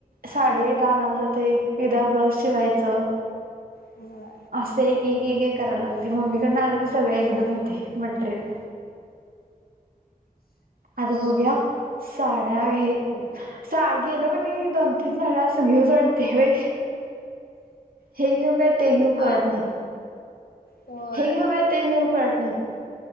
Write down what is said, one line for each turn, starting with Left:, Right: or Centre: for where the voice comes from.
Right: साडी एकदा आणायला जाते, एकदा ब्लाऊज शिवायचं.
Left: होय.
Right: असं एक, एक करायला लागते मम्मी कडनं आलं की सगळे एकदम येते मटेरियल. आता बगुया साड्या घे हे साग गेलो की नाही दोन, तीन साड्या असं घेऊ वाडते बाई. हे घेऊ काय ते घेऊ
Left: अ
Right: कळत नाही.
Left: होय
Right: हे घेऊ काय ते घेऊ कळत नाहीत